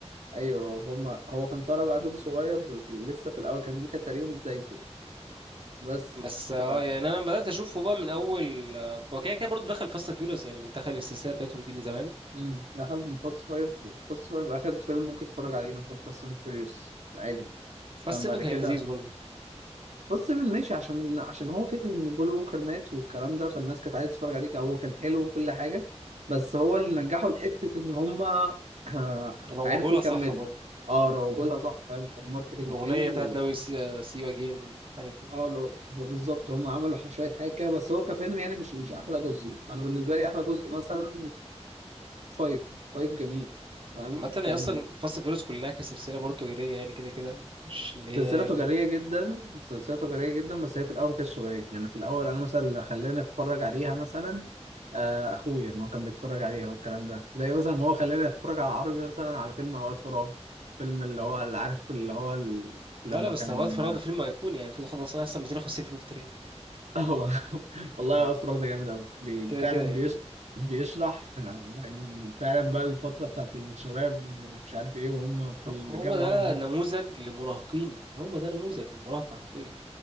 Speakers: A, on the right; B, on the right.
A: ايوه هما هو كان طالع بقى دور صغير لسه في الاول كان دي كانت تقريبا بدايته بس
B: بس اه
A: ف
B: آه، يعني انا بدات اشوفه بقى من اول آه، هو كده كده برضه دخل فاست اند فيوريوس يعني دخل السلسله بتاعتهم دي من زمان
A: مم. ده حاجة من فاست فايف فاست فايف اخر فيلم ممكن تتفرج عليه مثلا فاست اند فيريوس عادي
B: فاست
A: فاهم بعد
B: 7 كان
A: كده
B: لذيذ برضه
A: بص ماشي عشان عشان هو فكرة إن بول ووكر مات والكلام ده فالناس كانت عايزة تتفرج عليك هو كان حلو وكل حاجة بس هو اللي نجحه لحتة إن هما آه،
B: روجوا
A: عرفوا
B: لها
A: يكملوا
B: صح برضه
A: اه روجوا لها صح فاهم كان ماركتنج
B: الاغنيه
A: حلو
B: بتاعت ناوي سي, آه، سي يو اجين والحاجات دي
A: اه لو هو بالظبط هما عملوا ح- شوية حاجة كده بس هو كفيلم يعني مش مش أحلى جزء أنا بالنسبة لي أحلى جزء مثلا فايف فايف جميل فاهم
B: عامه هي
A: كان
B: اصلا فاست اند فيوريوس كلها كسلسله برضه تجاريه يعني كده كده مش اللي
A: سلسلة
B: هي يعني
A: تجارية جدا سلسلة تجارية جدا بس هي في الأول ما كانتش تجارية يعني في الأول أنا مثلا اللي خلاني أتفرج عليها مثلا آه، أخويا إن هو كان بيتفرج عليها والكلام ده زي مثلا ما هو خلاني أتفرج على عربي مثلا على فيلم أوقات فراغ فيلم اللي هو اللي عارف اللي هو ال...
B: لا
A: لما
B: لا بس
A: كان
B: هو وقت فراغ ده فيلم ايقوني يعني المفروض حد اصلا احسن 250 فيلم في التاريخ
A: <laughs> هو والله
B: يعني
A: أوقات فراغ ده جامد أوي بي...
B: كده
A: فعلا
B: كده يعني
A: بيش... بيشرح يعني فعلا بقى الفترة بتاعت الشباب مش عارف إيه وهم في
B: هو
A: الجامعة
B: هو ده
A: هم...
B: نموذج لمراهقين هو ده نموذج للمراهقه حرفيا